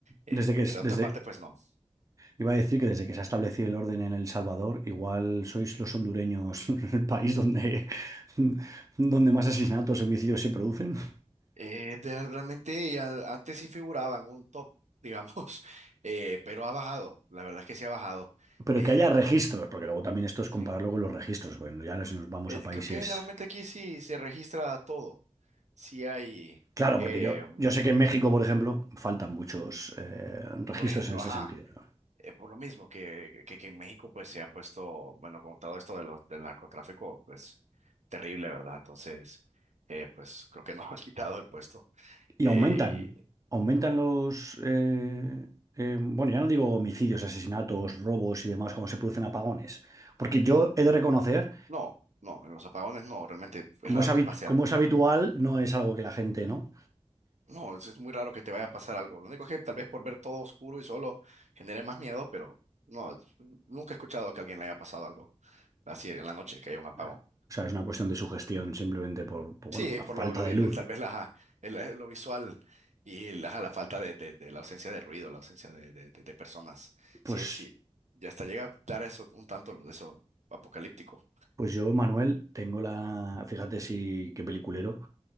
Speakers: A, on the right; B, on the right.
A: eh,
B: desde que es-
A: pero otras
B: desde,
A: partes, pues no.
B: iba a decir que desde que se ha establecido el orden en El Salvador, igual sois los hondureños <laughs> el país donde, <laughs> donde más asesinatos, homicidios se producen.
A: Eh, de- realmente ya antes sí figuraba en un top, digamos, <laughs> eh, pero ha bajado, la verdad es que sí ha bajado.
B: Pero
A: Eh,
B: que haya
A: por,
B: registros, porque luego también esto es
A: sí.
B: compararlo con los registros. Bueno, ya no si nos vamos
A: Eh,
B: a países.
A: creo que generalmente aquí sí se registra todo. Sí hay,
B: Claro,
A: eh,
B: porque yo, yo sé que en México, por ejemplo, faltan muchos eh, registros
A: por ejemplo,
B: en este
A: ajá,
B: sentido. ¿no?
A: eh, por lo mismo que, que, que en México pues se ha puesto, bueno, con todo esto de los, del narcotráfico, pues terrible, ¿verdad? Entonces, eh, pues creo que nos <laughs> han quitado el puesto.
B: Y
A: Eh,
B: aumentan,
A: y-
B: aumentan los, eh, eh, bueno, ya no digo homicidios, asesinatos, robos y demás, como se producen apagones. Porque yo he de reconocer,
A: no, no, en los apagones no, realmente
B: como
A: es raro
B: es habit-
A: que pase
B: como
A: algo.
B: es habitual, no es algo que la gente, ¿no?
A: No, es es muy raro que te vaya a pasar algo. Lo único es que tal vez por ver todo oscuro y solo genere más miedo, pero no, es- nunca he escuchado que a alguien le haya pasado algo así en la noche, que haya un apagón.
B: Ah, O sea, es una cuestión de sugestión simplemente por, por,
A: Sí,
B: bueno, por la
A: por
B: falta
A: lo, lo
B: de
A: vi-
B: luz.
A: lo- tal vez la, el- el- lo visual y la, la falta de, de- de la ausencia de ruido, la ausencia de, de- de- de personas.
B: Pues,
A: Sí, sí, ya hasta llega a dar eso un tanto de eso apocalíptico.
B: pues yo, Manuel, tengo la, fíjate si qué peliculero,